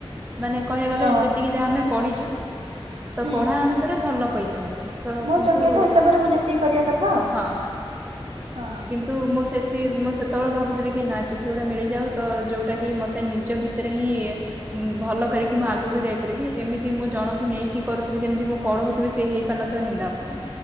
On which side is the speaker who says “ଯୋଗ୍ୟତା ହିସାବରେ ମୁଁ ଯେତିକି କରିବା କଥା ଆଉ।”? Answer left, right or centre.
Right